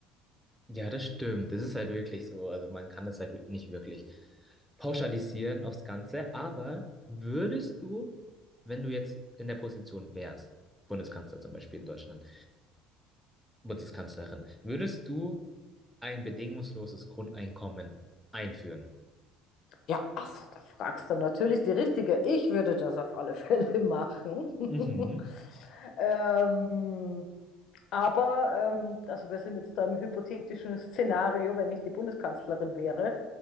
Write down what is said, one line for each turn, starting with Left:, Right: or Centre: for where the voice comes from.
Centre: Ja, das stimmt. Das ist halt wirklich so. Also man kann es halt wi- nicht wirklich pauschalisieren aufs Ganze. Aber würdest du, wenn du jetzt in der Position wärst, Bundeskanzler zum Beispiel in Deutschland, Bundeskanzlerin, würdest du ein bedingungsloses Grundeinkommen einführen?
Left: Ja, also da fragst du natürlich die Richtige. Ich würde das auf alle Fälle machen. <laughs>
Centre: Mhm.
Left: ähm, Aber, ähm, also wir sind jetzt da im hypothetischen Szenario, wenn ich die Bundeskanzlerin wäre.